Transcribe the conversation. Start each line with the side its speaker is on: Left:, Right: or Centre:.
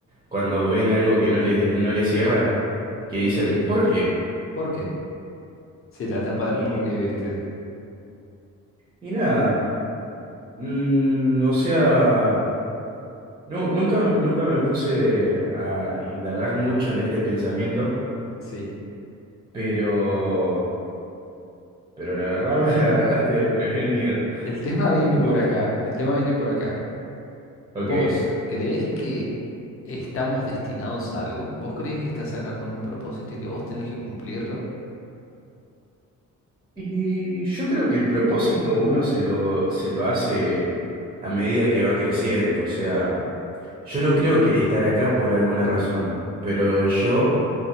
Right: cuando ven algo que no les, no les cierra, que dicen,
Left: Sí.
Right: ¿por qué?
Left: ¿Por qué? Sí, la tapa del
Right: Y,
Left: por qué, ¿viste?
Right: y nada, mm, o sea, no, nunca, nunca me puse a indagar mucho en este pensamiento,
Left: Sí.
Right: pero, pero la verdad <laughs> me agarraste desprevenido.
Left: El tema viene por
Right: Bu-
Left: acá, el tema viene por acá.
Right: Ok.
Left: ¿Vos creés que estamos destinados a algo? ¿Vos creés que estás acá con un propósito y que vos tenés que cumplirlo?
Right: Y yo creo que el propósito uno se lo, se lo hace a medida que va creciendo, o sea, yo no creo que estar acá por alguna razón, pero yo...